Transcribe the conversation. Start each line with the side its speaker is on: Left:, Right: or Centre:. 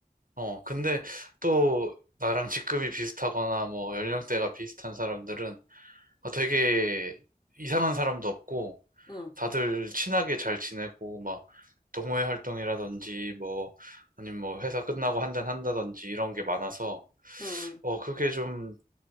Right: 어, 근데 또 나랑 직급이 비슷하거나 뭐 연령대가 비슷한 사람들은 아, 되게 이상한 사람도 없고,
Left: 응,
Right: 다들 친하게 잘 지내고, 막 동호회 활동이라든지 뭐, 아니면 뭐 회사 끝나고 한잔 한다든지 이런 게 많아서,
Left: 응. 응.
Right: 어, 그게 좀